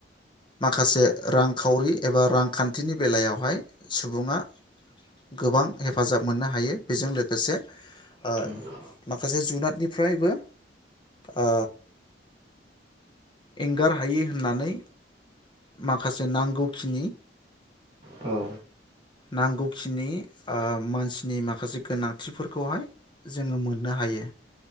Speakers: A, on the left (about 25°); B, on the right (about 25°).
A: माखासे रांखावरि एबा रांखान्थिनि बेलायावहाय सुबुङा गोबां हेफाजाब मोन्नो हायो बेजों लोगोसे ओ
B: उम अ
A: माखासे जुनादनिफ्रायबो ओ एंगार हायि होन्नानै माखासे नांगौखिनि
B: औ
A: नांगौखिनि ओ मानसिनि माखासे गोनांथिफोरखौहाय जोङो मोन्नो हायो।